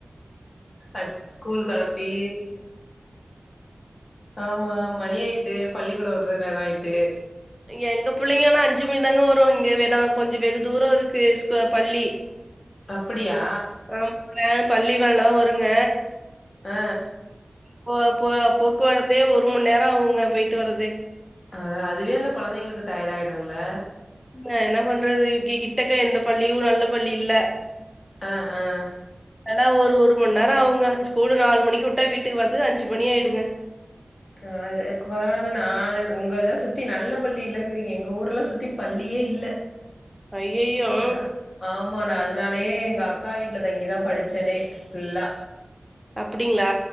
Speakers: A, on the left; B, in the centre.
A: அத் ஸ்கூல் கெளப்பி. ஆமா மணி ஆயிட்டு பள்ளிக்கூடோ உட்ற நேரோ ஆயிட்டு.
B: எங்க புள்ளைங்க ஆனா அஞ்சு மணிக் தாங்க வரு இங்க வேணா கொஞ்சோ வெகு தூரோ இருக்கு ஸ்கூ பள்ளி.
A: அப்படியா?
B: ஆமா <inaudible> பள்ளி வேன்லதா வருங்க.
A: அ.
B: போக போக போக்குவரத்தே ஒரு மண் நேர ஆகுங்க போய்ட்டு வரதே
A: ஆனா அதுவே அந்த கொழந்தைங்களுக்கு டயர்ட் ஆயிடுல்ல
B: அ என்ன பண்றது இங்க கிட்டக்க எந்த பள்ளியு நல்ல பள்ளி இல்ல
A: ஆ ஆ
B: எல்லா ஒரு ஒரு மண் நேர ஆகுங்க ஸ்கூலு நாலு மணிக்கு விட்டா எங்க வீட்டுக்கு வரத்துக்கு அஞ்சு மணி ஆயிடுங்க
A: அ அது அக் வாங்க நானு உங்கத சுத்தி நல்ல பள்ளி இல்லங்றீங்க எங்க ஊர்லா சுத்தி பள்ளியே இல்ல
B: ஐயய்யோ
A: நா ஆமா நா அதுனாலயே எங்க அக்கா வீட்ல தங்கிதா படிச்சனே ஃபுல்லா
B: அப்டிங்களா?